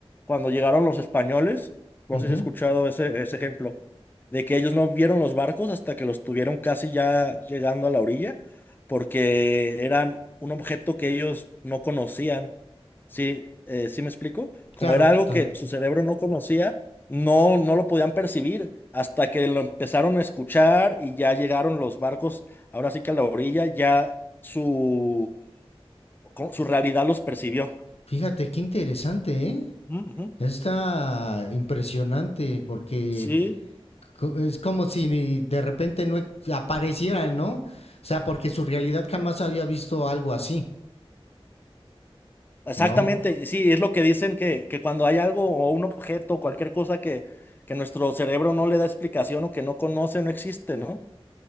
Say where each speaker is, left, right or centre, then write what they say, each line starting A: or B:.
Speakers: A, on the left; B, on the left.
A: cuando llegaron los españoles. No
B: Ujú.
A: sé si has escuchado ese, ese ejemplo, de que ellos no vieron los barcos hasta que los tuvieron casi ya llegando a la orilla, porque eran un objeto que ellos no conocían. Sí, eh, sí me explico. Como
B: Claro,
A: era algo
B: total.
A: que su cerebro no conocía, no, no lo podían percibir hasta que lo empezaron a escuchar y ya llegaron los barcos, ahora sí que a la orilla, ya su, co- su realidad los percibió.
B: Fíjate, qué interesante, ¿eh?
A: Ujú, ujú.
B: Está impresionante porque
A: Sí,
B: co- es como si de repente no e- aparecieran, ¿no? O sea, porque su realidad jamás había visto algo así,
A: exactamente.
B: ¿no?
A: y Sí, es lo que dicen que, que cuando hay algo o un objeto, cualquier cosa que, que nuestro cerebro no le da explicación o que no conoce, no existe, ¿no?